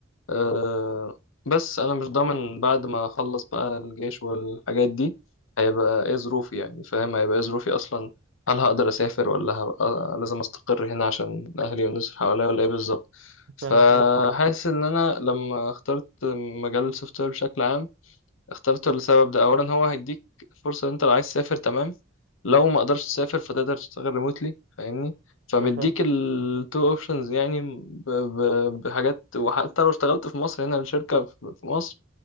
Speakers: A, on the left; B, on the right.
A: أه بس انا مش ضامن بعد ما اخلص بقى الجيش والحاجات دي هيبقى ايه ظروفي يعني فاهم هيبقى ايه ظروفي اصلا هل هقدر اسافر ولا هبقى لازم استقر هنا عشان اهلي والناس اللي حواليا ولا ايه بالظبط فحاسس
B: فاهمك ماشي
A: ان انا لما اخترت مجال السوفت وير بشكل عام اخترته لسبب ده اولا هو هيديك فرصه ان انت لو عايز تسافر تمام لو ما قدرتش تسافر فتقدر تشتغل ريموتلي فاهمني فمديك
B: انا فاهم
A: التو اوبشنز يعني ب... ب... بحاجات وحتى لو اشتغلت في مصر هنا الشركه في في مصر